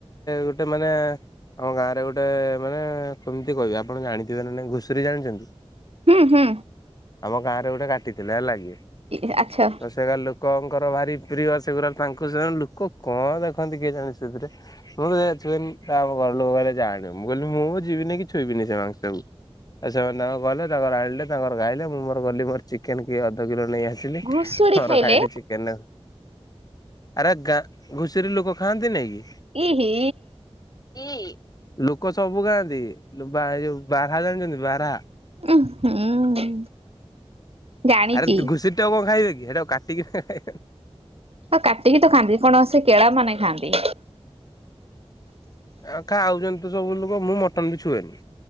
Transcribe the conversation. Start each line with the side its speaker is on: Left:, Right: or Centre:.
Left: ଗୋଟେ ମାନେ ଆମ ଗାଁରେ ଗୋଟେ ମାନେ କେମିତି କହିବେ ଆପଣ ଜାଣିଥିବେ ନା ନଁ ଘୁଷୁରୀ ଜାଣିଛନ୍ତି।
Right: ହୁଁ ହୁଁ।
Left: ଆମ ଗାଁ ରେ ଗୋଟେ କାଟିଥିଲେ ହେଲାଗି
Right: ଇ ଆଚ୍ଛା।
Left: ତ ସେ ଗାଁ ଲୋକ ତାଙ୍କର ଭାରି ପ୍ରିୟ ସେଗୁରା ତାଙ୍କ ସେ ଲୋକ କଣ ଦେଖନ୍ତି କିଏ ଜାଣି ସେଥିରେ ମୁଁ ଛୁଆ ତା ଘର ଲୋକଲେ ଜାଣିବି ମୁଁ କହିଲି ମୁଁ ଯିବ ଛୁଇଁନି କି ଛୁଇଁବିନି ସେ ମାଂସକୁ ଏ ସେମାନେ ତାଙ୍କର ଗଲେ ତାଙ୍କର ଆଣିଲେ ତାଙ୍କର ଖାଇଲେ ମୁଁମୋର ଗଲି ମୋର ଚିକେନ କିଏ ଅଧ କିଲୋ ନେଇ ଆସି ମୋର
Right: ଘୁଷୁରୀ ଖାଇଲେ
Left: ଖାଇଲି ଚିକେନ ଆରେ ଗାଁ ଘୁଷରି ଲୋକ ଖାଆନ୍ତି ନାଇଁ
Right: ଇହି।
Left: କି ଲୋକ ସବୁ ଖାଆନ୍ତି। ଯୋଉ ବାରା ଜାଣିଛନ୍ତି ବାରା।
Right: ଉଁ ହୁଁ ଜାଣିଚି।
Left: ଆରେ ଘୁଷରି ଟାକୁକଣ ଖାଇବେ କି। ହେଟା କୁ କାଟିକି ଖାଇବନା।
Right: ଆଉ କାଟିକି ତ ଖାଆନ୍ତି କଣ ସେ କେଳା ମାନେ ଖାଆନ୍ତି।
Left: ଆ ଖାଉଛନ୍ତି ତ ସବୁ ଲୋକ ମୁଁ ମଟନ ବି ଛୁଏନି।